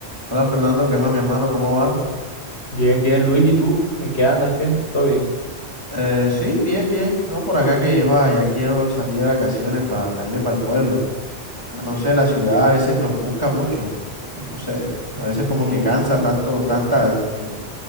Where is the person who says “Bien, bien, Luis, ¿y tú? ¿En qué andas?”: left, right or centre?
Left